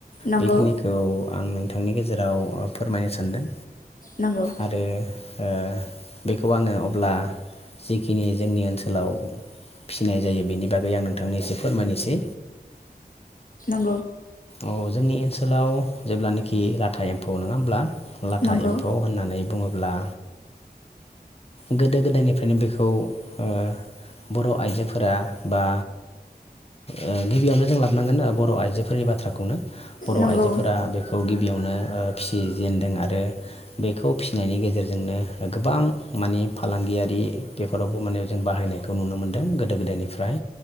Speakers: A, on the left; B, on the left.
A: नंगौ
B: बेखिनिखौ आं नों थांनि गेजेराव ओ फोरमायनो सानदों।
A: नंगौ
B: आरो ओ बेखौ आङो अ ब्ला जिखिनि जोंनि ओनसोलाव फिनाय जायो बेनि बागै आं नोंथांनो एसे फोरमायनोसै।
A: औ
B: अ जोंनि ओनसोलाव जेब्लानिखि लाथा एम्फौ नङा होमब्ला? लाथा
A: नंगौ
B: एम्फौ होननानै बुङोब्ला गोदो गोदायनिफ्रायनो बेखौ ओ बर' आइजोफोरा बा ओ गिबियावनो जों लाबनांगोन बर' आइजोफोरनि बाथ्राखौनो। बर'
A: नंगौ
B: आइजोफोरा बेखौ गिबियावनो ओ फिसिजेनदों आरो बेखौ फिनायनि गेजेरजोंनो ओ गोबां माने फालांगियारि बेफोरावबो माने जों बाहायनायखौ नुनो मोनदों गोदो गोदायनिफ्राय।